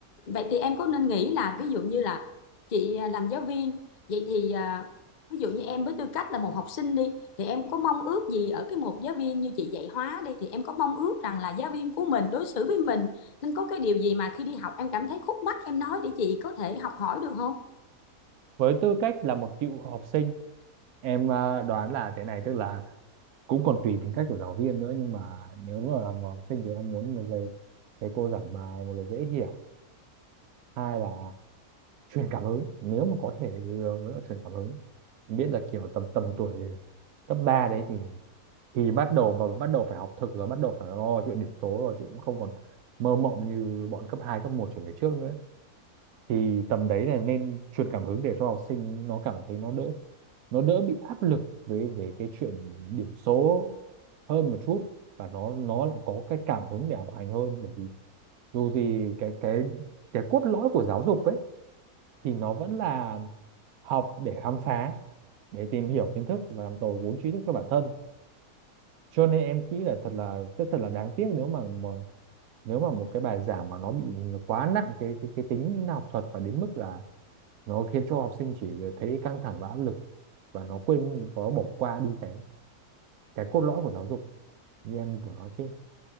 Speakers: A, on the left; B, on the right.
A: vậy thì em có nên nghĩ là ví dụ như là chị à, làm giáo viên vậy thì à, ví dụ như em với tư cách là một học sinh đi thì em có mong ước gì ở cái một giáo viên như chị dạy hóa đi thì em có mong ước rằng là giáo viên của mình đối xử với mình nên có cái điều gì mà khi đi học em cảm thấy khúc mắc em nói để chị có thể học hỏi được không
B: với tư cách là một cựu học sinh em ờ, đoán là thế này tức là cũng còn tùy tính cách của giáo viên nữa nhưng mà nếu mà là học sinh thì em muốn một giây thầy cô giảng bài một là dễ hiểu hai là truyền cảm hứng nếu mà có thể thì ờ, truyền cảm hứng Em biết là kiểu tầm tầm tuổi cấp 3 đấy thì thì bắt đầu mà bắt đầu phải học thực rồi bắt đầu phải lo chuyện điểm số rồi chứ cũng không còn mơ mộng như bọn cấp 2 cấp một trở về trước nữa thì tầm đấy là nên truyền cảm hứng để cho học sinh nó cảm thấy nó đỡ nó đỡ bị áp lực về về cái chuyện điểm số hơn một chút và nó nó lại có cái cảm hứng để học hành hơn bởi vì dù gì cái cái cái cốt lõi của giáo dục ấy thì nó vẫn là học để khám phá để tìm hiểu kiến thức và làm giàu vốn tri thức cho bản thân cho nên em nghĩ là thật là sẽ thật là đáng tiếc nếu mà, mà nếu mà một cái bài giảng mà nó bị quá nặng cái cái cái tính học thuật và đến mức là nó khiến cho học sinh chỉ thấy căng thẳng và áp lực và nó quên và nó bỏ qua đi cái cái cốt lõi của giáo dục như em vừa nói trên